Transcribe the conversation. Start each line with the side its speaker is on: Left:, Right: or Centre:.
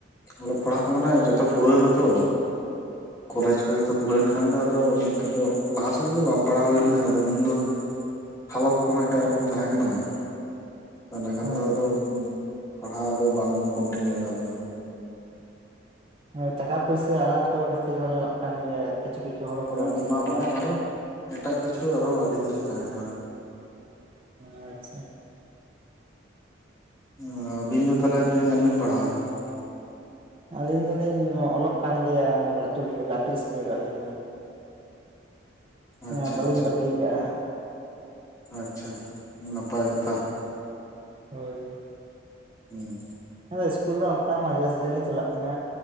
Left: ᱚᱞᱚᱜ ᱯᱟᱲᱦᱟᱣ ᱠᱚ, ᱢᱟᱱᱮ ᱡᱚᱛᱚ ᱯᱩᱨᱟᱹᱣ ᱮᱱᱟᱛᱚ,
Right: ᱦᱩᱸ
Left: ᱠᱚᱞᱮᱡᱽ ᱠᱚ ᱡᱚᱛᱚ ᱯᱩᱨᱟᱹᱣᱮᱱ ᱠᱷᱟᱱ ᱠᱷᱟᱱ ᱫᱚ, ᱟᱫᱚ ᱚᱱᱛᱮ ᱫᱚ ᱞᱟᱦᱟ ᱥᱮᱫ ᱫᱚ, ᱵᱟᱝ ᱯᱟᱲᱦᱟᱣ ᱦᱩᱭ ᱞᱮᱱᱟ ᱾ ᱟᱫᱚ ᱩᱱᱫᱚ, ᱦᱟᱞᱚᱛ ᱠᱚᱦᱚ, ᱸ ᱮᱴᱟᱜ ᱨᱚᱠᱚᱢ ᱛᱟᱦᱮᱸ ᱠᱟᱱᱟ ᱾ ᱮᱱᱰᱮ ᱠᱷᱟᱱ
Right: ᱦᱳᱭ
Left: ᱫᱚ, ᱟᱫᱚ ᱯᱟᱲᱦᱟᱣ ᱫᱚ, ᱵᱟᱝ ᱠᱚᱱᱴᱤᱱᱤᱭᱩ ᱜᱟᱱ ᱞᱮᱱᱟ ᱾
Right: ᱦᱳᱭ, ᱴᱟᱠᱟ ᱯᱩᱭᱥᱟ ᱟᱱᱟᱴ ᱠᱚ, ᱠᱷᱟᱹᱛᱤᱨ ᱦᱚᱸ, ᱧᱮᱞᱚᱜ ᱠᱟᱱ ᱜᱮᱭᱟ, ᱠᱤᱪᱷᱩ ᱠᱤᱪᱷᱩ ᱦᱚᱲ ᱠᱚ,
Left: ᱦᱮᱸ
Right: ᱵᱟᱹᱜᱤᱭᱮᱫᱼᱟ
Left: ᱚᱱᱟ
Right: ᱯᱟᱲᱦᱟᱜ
Left: ᱦᱚᱸ
Right: ᱾
Left: ᱟᱨᱚ ᱮᱴᱟᱜ ᱠᱤᱪᱷᱩ, ᱟᱨ ᱦᱚᱸ ᱟᱹᱰᱤ ᱠᱤᱪᱷᱩ ᱛᱟᱦᱮᱸ ᱠᱟᱱᱟ ᱾
Right: ᱟᱻᱪᱪᱷᱟ ᱾
Left: ᱚᱻᱟᱵᱤᱱ ᱫᱚ, ᱛᱟᱦᱚᱞᱮ ᱛᱤᱱᱟᱹᱜ? ᱜᱟᱱ ᱵᱤᱱ ᱯᱟᱲᱦᱟᱣ ᱟᱠᱟᱱᱟ ᱾
Right: ᱟᱹᱞᱤᱧ, ᱫᱚᱞᱤᱧ ᱚᱞᱚᱜ ᱠᱟᱱ ᱜᱮᱭᱟ, ᱞᱟᱹᱴᱩ, ᱞᱟᱹᱴᱩ ᱤᱥᱠᱩᱞ ᱨᱮ ᱟᱹᱞᱤᱧ ᱫᱚ ᱾
Left: ᱟᱪᱪᱷᱟ
Right: ᱟᱸ ᱵᱟᱹᱞᱤᱧ
Left: ᱟᱪᱪᱷᱟ
Right: ᱵᱟᱹᱜᱤ ᱟᱠᱟᱜᱼᱟ ᱦᱟᱸᱜ ᱾
Left: ᱟᱪᱪᱷᱟ, ᱱᱟᱯᱟᱭ ᱠᱟᱛᱷᱟ ᱾
Right: ᱦᱳᱭ ᱾
Left: ᱦᱩᱸ᱾
Right: ᱟᱸᱫᱚ ᱤᱥᱠᱩᱞ ᱫᱚ ᱚᱱᱠᱟ ᱢᱟᱡᱷᱮ ᱥᱟᱡᱷᱮ ᱞᱤᱧ ᱪᱟᱞᱟᱜ ᱛᱟᱦᱮᱱᱟ,